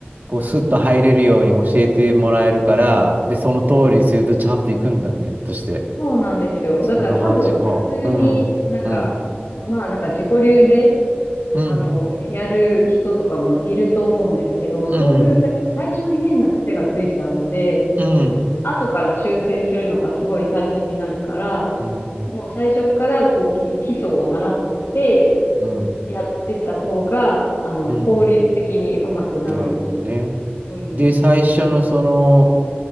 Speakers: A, on the right; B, on the left.
A: こう、スッと入れるように教えてもらえるから、で、その通りにするとちゃんと行くんだね、として。
B: そうなんですよ。
A: そんな感じか。
B: だから多分、普通になんか、
A: うん、うん、
B: まあなんか自己流で、
A: うん、
B: あの、やる人とかもいると思うんですけど、
A: うん、
B: そうするとやっぱ最初に変な癖がついちゃうので、
A: うん、
B: 後から修正するのがすごい大変になるから、
A: うん、
B: もう最初からこうき基礎を習って
A: うん、
B: やってた方が、あの、
A: うん。
B: 効率的にうまくなる。
A: なるほどね。
B: うん。
A: で、最初のその、